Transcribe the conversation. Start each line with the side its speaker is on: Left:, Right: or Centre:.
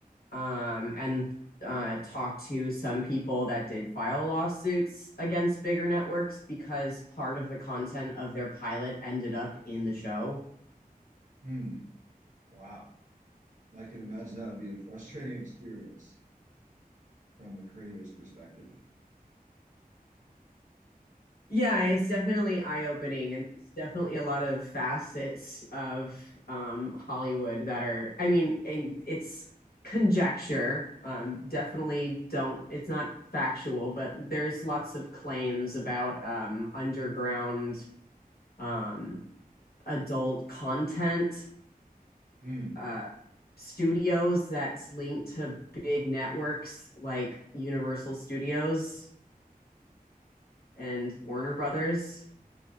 Left: um and uh talked to some people that did file lawsuits against bigger networks because part of the content of their pilot ended up in the show
Right: Hmm. Wow. I can imagine that would be a frustrating <laughs> experience from a creator's perspective.
Left: Yeah, it's definitely eye-opening, and it's definitely a lot of facets of um, Hollywood that are, I mean, and it's conjecture. Um, definitely don't, it's not factual, but there's lots of claims about um, underground um, adult content
Right: Hmm.
Left: uh, studios that's linked to big networks like Universal Studios and Warner Brothers.